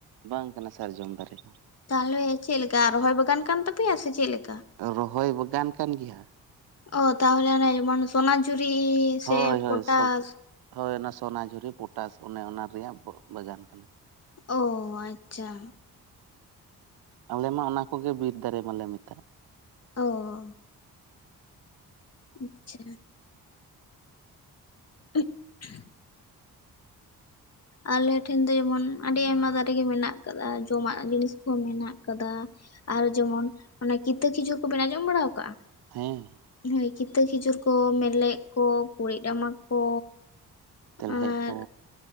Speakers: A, on the right; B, on the left.
A: ᱵᱟᱝ ᱠᱟᱱᱟ ᱥᱟᱨᱡᱚᱢ ᱫᱟᱨᱮ ᱫᱚ᱾
B: ᱛᱟᱦᱚᱞᱮ ᱪᱮᱫ ᱞᱮᱠᱟ ᱨᱚᱦᱚᱭ ᱵᱟᱜᱟᱱ ᱠᱟᱱ ᱛᱟᱯᱮᱭᱟ ᱥᱮ ᱪᱮᱫ ᱞᱮᱠᱟ?
A: ᱨᱚᱦᱚᱭ ᱵᱟᱜᱟᱱ ᱠᱟᱱ ᱜᱮᱭᱟ᱾
B: ᱚ ᱛᱟᱦᱚᱞᱮ ᱚᱱᱮ ᱡᱮᱢᱚᱱ ᱥᱚᱱᱟ ᱡᱷᱩᱨᱤ
A: ᱦᱳᱭ
B: ᱥᱮ
A: ᱦᱳᱭ
B: ᱯᱚᱴᱟᱥ
A: ᱥᱚᱵ ᱦᱳᱭ ᱚᱱᱟ ᱥᱚᱱᱟ ᱡᱷᱩᱨᱤ ᱯᱚᱴᱟᱥ ᱚᱱᱮ ᱚᱱᱟ ᱨᱮᱭᱟᱜ ᱵᱟ ᱵᱟᱜᱟᱱ ᱠᱟᱱᱟ᱾
B: ᱚ ᱟᱪᱪᱷᱟ᱾
A: ᱟᱞᱮ ᱢᱟ ᱚᱱᱟ ᱠᱚᱜᱮ ᱵᱤᱨ ᱫᱟᱨᱮ ᱢᱟᱞᱮ ᱢᱮᱛᱟᱜᱼᱟ᱾
B: ᱚ᱾ ᱟᱪᱪᱷᱟ᱾ <inaudible> ᱟᱞᱮ ᱴᱷᱮᱱ ᱫᱚ ᱡᱮᱢᱚᱱ ᱟᱹᱰᱤ ᱟᱭᱢᱟ ᱫᱟᱨᱮ ᱜᱮ ᱢᱮᱱᱟᱜ ᱟᱠᱟᱫᱟ ᱡᱚᱢᱟᱜ ᱡᱤᱱᱤᱥ ᱠᱚᱦᱚᱸ ᱢᱮᱱᱟᱜ ᱟᱠᱟᱫᱟ᱾ ᱟᱨ ᱡᱮᱢᱚᱱ ᱚᱱᱮ ᱠᱤᱛᱟᱹ ᱠᱷᱤᱡᱩᱨ ᱠᱚ ᱵᱮᱱᱟᱣ ᱡᱚᱢ ᱵᱟᱲᱟ ᱠᱟᱜᱼᱟ?
A: ᱦᱮᱸ᱾
B: ᱦᱳᱭ ᱠᱤᱛᱟᱹ ᱠᱷᱤᱡᱩᱨ ᱠᱚ ᱢᱮᱞᱮᱫ ᱠᱚ ᱠᱩᱲᱤᱫ ᱨᱟᱢᱟ ᱠᱚ
A: ᱛᱮᱞᱦᱮᱫ
B: ᱟᱨ
A: ᱠᱚ᱾